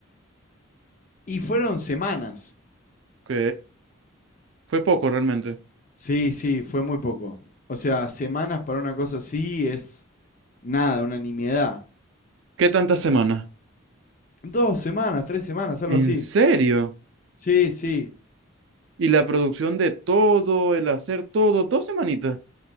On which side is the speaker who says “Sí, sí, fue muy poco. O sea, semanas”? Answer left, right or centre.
Left